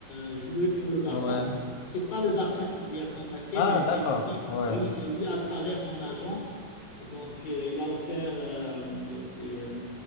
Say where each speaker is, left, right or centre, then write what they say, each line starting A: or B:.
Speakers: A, on the left (about 45°); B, on the left (about 80°).
A: euh, jouer pour le Barça.
B: Ouais.
A: C'est pas le Barça qui lui a contacté,
B: Ah,
A: mais
B: d'accord.
A: c'est lui.
B: Ouais.
A: Oui, c'est lui à travers son agent. Donc, euh, il a offert euh, euh, ses, euh,